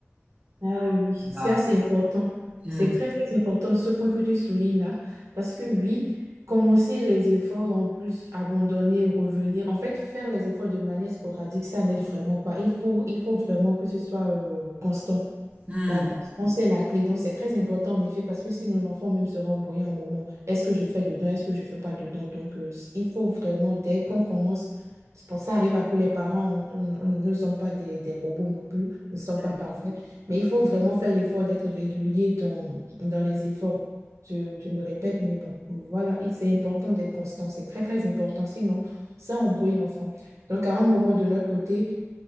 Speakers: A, on the right; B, on the right.
A: Ah oui, c'est
B: on
A: assez
B: a-
A: important.
B: Hmm,
A: C'est très, très important ce point que tu soulignes là. Parce que oui, commencer les efforts, en plus, abandonner, revenir, en fait, faire les efforts de manière sporadique, ça n'aide vraiment pas. Il faut, il faut vraiment que ce soit euh, constant.
B: hmm,
A: La constance est la clé. Donc, c'est très important en effet parce que sinon l'enfant même sera embrouillé un moment. Est-ce que je fais dedans? Est-ce que je ne fais pas dedans? Donc, euh, s- il faut vraiment, dès qu'on commence, c'est pour ça arrive à tous les parents, on, on- on ne sommes pas des, des robots non plus, nous ne sommes
B: hmm,
A: pas parfaits, mais il faut vraiment faire l'effort d'être régulier dans, dans les efforts. Je, je me répète, mais bon, voilà, et c'est important d'être constant. C'est très, très important. Sinon, ça embrouille l'enfant. Donc, à un moment de notre côté,